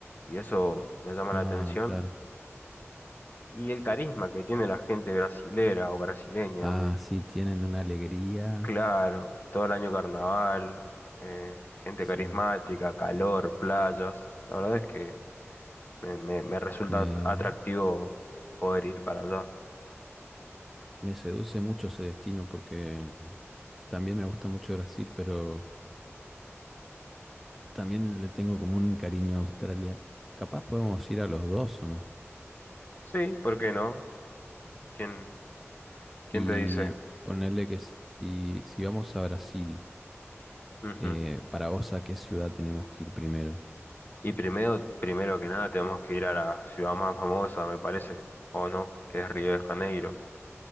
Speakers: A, on the left; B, in the centre.
A: y eso me llama
B: Ah,
A: la atención.
B: claro.
A: Y el carisma que tiene la gente brasilera o brasileña
B: Ah, sí, tienen una alegría.
A: Claro, todo el año carnaval, eh, gente
B: Sí,
A: carismática, calor, playas. La verdad es que me, me- me resulta
B: me,
A: atractivo poder ir para allá.
B: me seduce mucho ese destino porque también me gusta mucho Brasil, pero también le tengo como un cariño a Australia. Capaz podemos ir a los dos, ¿o no?
A: Sí, ¿por qué no? ¿Quién, quién
B: Y
A: te dice?
B: ponerle que si, si si vamos a Brasil,
A: Ujú.
B: eh, para vos, ¿a qué ciudad tenemos que ir primero?
A: Y primero, primero que nada, tenemos que ir a la ciudad más famosa, me parece, o no, que es Río de Janeiro.